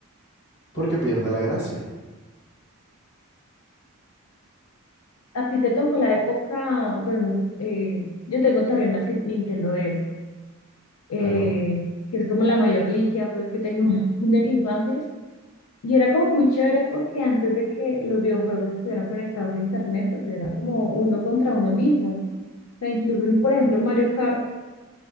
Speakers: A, on the left; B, on the left.
A: Porque pierde la gracia.
B: A ti te tocó la época, bueno, no sé, eh, yo tengo todavía una Ti- Nintendo DS. eh,
A: Claro.
B: que es como la mayor reliquia pues que tengo <laughs> de mi infancia. Y era como muy chévere porque antes de que los videojuegos estuvieran conectados a internet, pues era como uno contra uno mismo. O sea, incluso, en- por ejemplo, en Mario Kart,